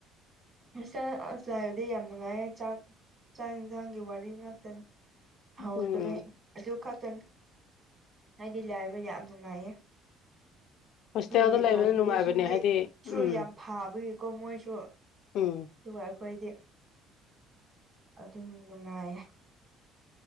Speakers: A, on the right (about 25°); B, on the left (about 55°).
A: ꯁꯥ ꯑꯁꯂꯥꯏꯕꯗꯤ ꯌꯥꯝ ꯅꯨꯡꯉꯥꯏꯌꯦ ꯆꯥꯛ ꯆꯥꯛ ꯌꯦꯟꯁꯥꯡꯒꯤ ꯋꯥꯔꯤ ꯉꯥꯛꯇꯅꯤ ꯍꯧ
B: ꯎꯝ
A: ꯇꯩꯕꯩ ꯑꯗꯨ ꯈꯛꯇꯅꯤ ꯍꯥꯏꯗꯤ ꯂꯥꯏꯕ ꯌꯥꯝ ꯅꯨꯡꯉꯥꯏꯌꯦ
B: ꯍꯣꯁꯇꯦꯜꯗ
A: ꯑꯩꯈꯣꯏꯒꯤ
B: ꯂꯩꯕꯅ
A: ꯏꯃꯥꯟꯅꯕꯤꯁꯤꯡꯗꯤ
B: ꯅꯨꯡꯉꯥꯏꯕꯅꯦ ꯍꯥꯏꯗꯤ
A: ꯁꯨ
B: ꯎꯝ
A: ꯌꯥꯝ ꯐꯕꯒꯤꯀꯣ ꯃꯣꯏꯁꯨ
B: ꯎꯝ
A: ꯑꯗꯨꯒ ꯑꯩꯈꯣꯏꯗꯤ ꯑꯗꯨꯝ ꯅꯨꯡꯉꯥꯏꯌꯦ